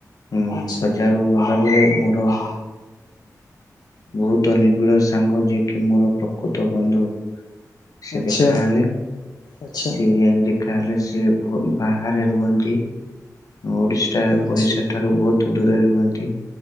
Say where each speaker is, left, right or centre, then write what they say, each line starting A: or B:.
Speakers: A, on the left (about 60°); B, on the left (about 80°).
A: ଉଁ
B: ଆଚ୍ଛା
A: -ବଜାରରକୁ ଗଲାବେଳେ, ମୋର ହଁ, ବହୁତ ନିବିଡ଼ ସାଙ୍ଗ, ଯିଏକି ମୋର ପ୍ରକୃତ ବନ୍ଧୁ। ସେ
B: ଆଚ୍ଛା
A: ଦେଖାହଲେ।
B: ଆଚ୍ଛା
A: ସିଏ କାହଲେ, ସିଏ ବାହାରେ ରୁହନ୍ତି, ଓଡ଼ିଶା ଓଡ଼ିଶା
B: ଆଚ୍ଛା
A: ଠାରୁ ବହୁତ ଦୂରରେ ରୁହନ୍ତି।